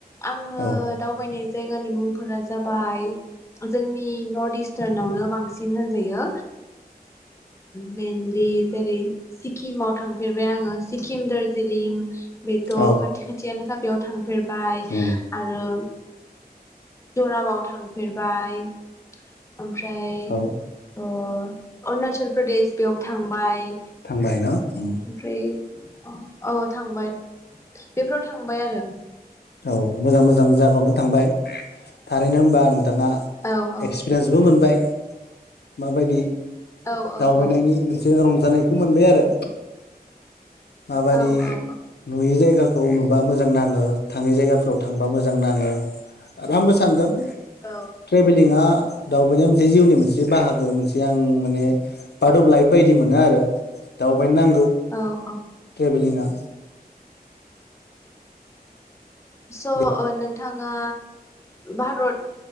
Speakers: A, on the left; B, on the left.
A: आङो
B: औ
A: दावबायनाय। जायगानि मुंफोरा जाबाय जोंनि नर्थ इस्टार्नावनो बांसिन होनजायो। मेनलि जेरै। सिक्किमाव थांफेरबाय आङो। सिक्किम, दार्जिलिं बेथ'
B: औ
A: खाथि खाथियानोखा बेयाव थांफेरबाय
B: उम
A: आरो। थांफेरबाय। ओमफ्राय ओ।
B: औ
A: अरुणाचल प्रदेश बेयाव थांबाय।
B: थांबाय न उम
A: ओमफ्राय औ थांबाय बेफोराव थांबाय आरो।
B: औ मोजां मोजां जायागायावनो थांबाय थारैनो हबा आं नोथाङा
A: औ औ
B: एक्सपिरियेनसबो मोनबाय माबायदि
A: औ औ
B: दावबायनायनि
A: औ
B: मोनसे रंजानाय खु मोनबाय आरो माबायदि
A: औ
B: नुयि जायगा खौ नुबा मोजां नाङो थाङै जायगाफ्राव थांबा मोजां मोजां नाङो आंबो सानदों
A: औ
B: ट्रेभेलिंआ दावबायनाय मोनसे जिउनि मोनसे बाहागो मोनसे आं माने पार्ट अफ लाइफ बायदि मोनो आरो दाउ <inaudible> नांगौ
A: औ औ
B: ट्रेभेलिंआ
A: स'
B: बे
A: नोंथाङा भारत